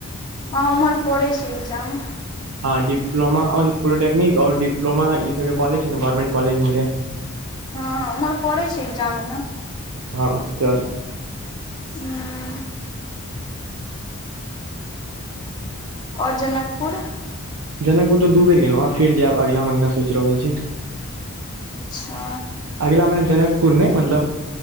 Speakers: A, on the left; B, on the right.
A: हँ उम्हर पड़ै छै एग्जाम
B: हँ डिप्लोमा औ पोलिटेक्निक डप्लोमा ई सब कॉलेज छै ने गवर्नमेंट कॉलेज उम्हरे
A: हँ हँ उम्हर परै छै एग्जाम एना
B: हँ तैं <unintelligible>
A: उंम्म और जनकपुर
B: जनकपुर तऽ दू बेर गेलहुँ हें फेर जाएब अगिला महीना सोचि रहल छी
A: अच्छा
B: अगिला महिना जनकपुर नै मतलब